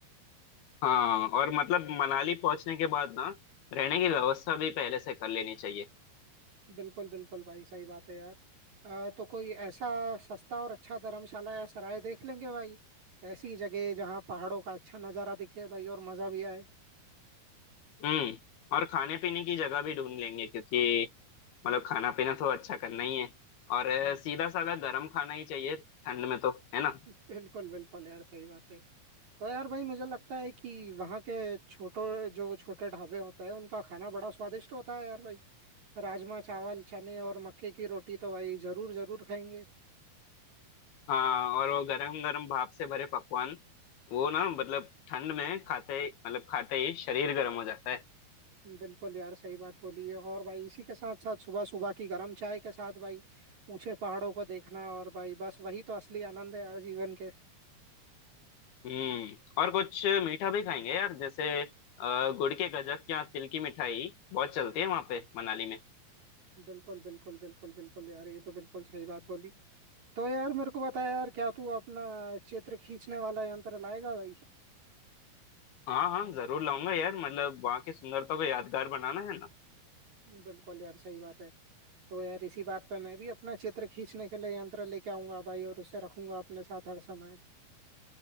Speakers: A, on the left (about 80°); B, on the right (about 50°).
A: हाँ और मतलब मनाली पहुंचने के बाद ना रहने की व्यवस्था भी पहले से कर लेनी चाहिए
B: बिल्कुल बिल्कुल भाई सही बात है यार अ, तो कोई ऐसा सस्ता और अच्छा धर्मशाला या सराय देख लेंगे भाई ऐसी जगह जहाँ पहाड़ों का अच्छा नज़ारा दिखे भाई और मज़ा भी आए
A: हम्म और खाने पीने की जगह भी ढूंढ लेंगे क्योंकि मतलब खाना पीना तो अच्छा करना ही है और
B: हम्म
A: सीधा साधा गर्म खाना ही चाहिए ठंड में तो है ना
B: <laughs> बिल्कुल बिल्कुल यार सही बात है तो यार भाई मुझे लगता है कि वहाँ के छोटो जो छोटे ढाबे होते हैं उनका खाना बड़ा स्वादिष्ट होता है यार भाई राजमा चावल चने और मक्के की रोटी तो भाई जरूर जरूर खाएंगे
A: हाँ और वो गरम गरम भाप से भरे पकवान वो ना मतलब ठंड में खाते मतलब खाते ही शरीर गर्म हो जाता है
B: बिल्कुल यार सही बात बोली है और भाई इसी के साथ साथ सुबह सुबह की गर्म चाय के साथ भाई ऊंचे पहाड़ों को देखना और भाई बस वही तो असली आनंद है यार जीवन के
A: हम्म और कुछ मीठा भी खाएंगे यार जैसे अ, गुड़ के गजक या तिल की मिठाई बहुत चलती है वहाँ पे मनाली में
B: बिल्कुल बिल्कुल बिल्कुल बिल्कुल यार ये तो बिल्कुल सही बात बोली तो यार मेरे को बता यार क्या तू अपना चित्र खींचने वाला यंत्र लाएगा भाई
A: हाँ हाँ जरूर लाऊंगा यार मतलब वहाँ की सुंदरता को यादगार बनाना है ना
B: बिल्कुल यार सही बात है तो यार इसी बात पे मैं भी अपना चित्र खींचने के लिए यंत्र लेके आऊंगा भाई और उसे रखूंगा अपने साथ हर समय